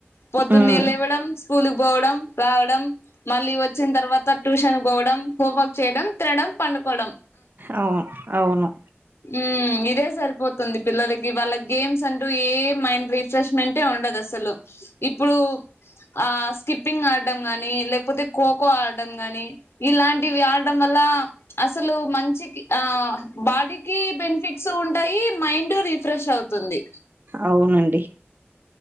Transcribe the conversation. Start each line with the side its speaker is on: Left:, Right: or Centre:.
Left: పొద్దున్నేళ్ళు
Right: ఉమ్
Left: లేవ్వడం స్కూల్ పోవడం రావడం మళ్ళీ వచ్చిన తర్వాత ట్యూషన్ పోవడం హోంవర్క్ చేయడం తినడం పండు కోవడం
Right: అవును అవును
Left: ఉమ్ ఇదే సరిపోతుంది పిల్లలకి వాళ్ళ గేమ్స్ అంటూ ఏ మైండ్ రిఫ్రెష్మెంటే ఉండదు అసలు ఇప్పుడు ఆ స్కిప్పింగ్ ఆడడం గాని లేకపోతే ఖోఖో ఆడడం గాని ఇలాంటివి ఆడం వాళ్ళ అసలు మంచికి ఆ బాడీ కి బెనిఫిట్సు ఉంటాయి మైండు రిఫ్రెష్ అవుతుంది.
Right: అవునండి